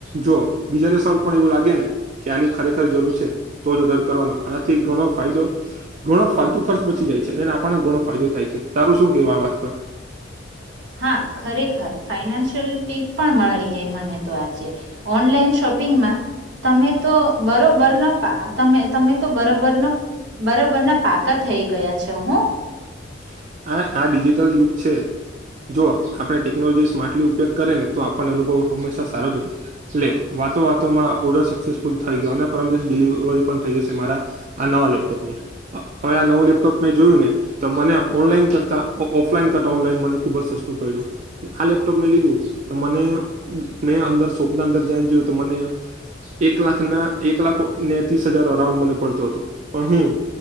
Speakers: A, on the right (about 40°); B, on the right (about 70°).
A: જો બીજાને દિવસે પણ એવું લાગે ને કે આની ખરેખ ર જરૂર છે, તો જ ઓડર કરવાનો, આનાથી ઘણો ફાયદો, ઘણો ફાલતુ ખર્ચ બચી જાય છે. જેને આપણા ઘણો ફાયદો થાય છે. તારું શું કેવું આ વાત પર?
B: હા ખરેખર ફાઈનાન્શિયલ ટીપ પણ મળી ગઈ મને તો આજે. ઓનલાઈન શોપ પિંગમાં તમે તો બરોબરના પા તમે-તમે તો બરોબર નો બરોબર ના પાકા થઈ ગયા છે હો.
A: <inaudible> આ આ ડિજિટલ યુગ છે. જો આપણે ટેકનોલોજી સ્માર્ટલી ઉપયોગ કરેને તો આ પણને અનુભવ હંમેશા સારો જ રહે, એટલે વાતો વાતોમાં ઓર્ડર સક્સેસફુલ થઈ ગયો, અને પરમ દિવસે ડિલી વરી પણ થઈ જશે મારા આ નવા લેપટોપની. હવે આ નવું લેપટોપ મેં જોયું ને તો મને ઓનલાઈન કરતા અ ઓફલાઈન કરતા ઓનલાઈન મને ખુબ જ સસ્તું પયડું. આ લેપટોપ મેં લીધું તો મને મેં અંદર સ્વપના અંદર જને જોયું તો મને એક લાખ ના એક લાખ ને ત્રીસ હજાર અરાઉન્ડ મને પડતું હતું પણ હું